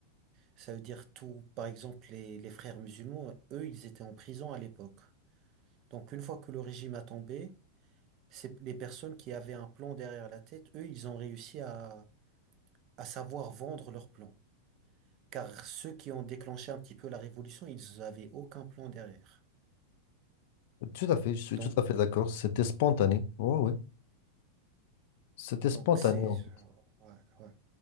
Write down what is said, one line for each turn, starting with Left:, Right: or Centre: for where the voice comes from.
Right: Ça veut dire tout. Par exemple, les, les frères musulmans, eux, ils étaient en prison à l'époque. Donc une fois que le régime a tombé, c'est les personnes qui avaient un plan derrière la tête, eux, ils ont réussi à, à savoir vendre leur plan. Car ceux qui ont déclenché un petit peu la révolution, ils avaient aucun plan derrière.
Left: Tout à fait, je suis
Right: Donc,
Left: tout à fait d'accord. C'était spontané. Oui, oui. C'était spontané,
Right: donc c'est...
Left: en fait.
Right: Ouais, ouais.